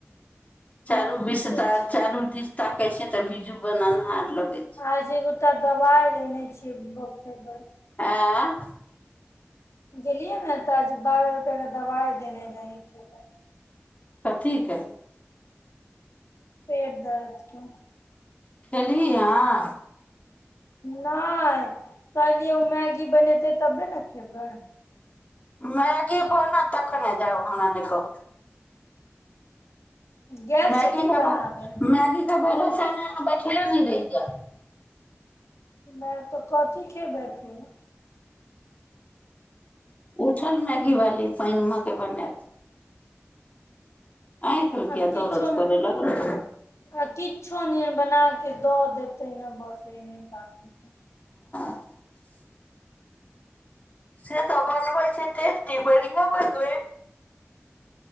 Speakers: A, on the left (about 30°); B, on the left (about 85°).
A: चारू
B: तहन
A: विस्तार
B: छै
A: चारू दिस ताकै छी तऽ बिजू बन हनहार लगै छै
B: आजी उ तऽ दबाइ लेने छियै देखेबै
A: ऐं
B: गेलियै ने तऽ आज बारह रुपया केर दबाइ देने रहै खेबै
A: कथी के
B: पेट दर्दकेँ
A: खेलही हन
B: नहि कहलियै ओ मैगी बनेतै तबे न खेबै
A: मैगी बनत तखन नऽ जेब हमरा नहि कहू
B: गेल
A: मैगी
B: छै की
A: खेबहक
B: बनाबै
A: मैगी केँ भरोसामे अहाँ बैठले नहि रहि जाएब
B: नहि तऽ कथी खेबै फेर
A: उठल मैगी वाली पानिमे केँ बनैत आँखिमे किये
B: आब किछो
A: दरद करे लगलौ
B: आ किछो नहि बना के द देतय ने बस इहे बाकी
A: <inaudible> से तऽ बनबै छै टेस्टी बढ़िया बनबय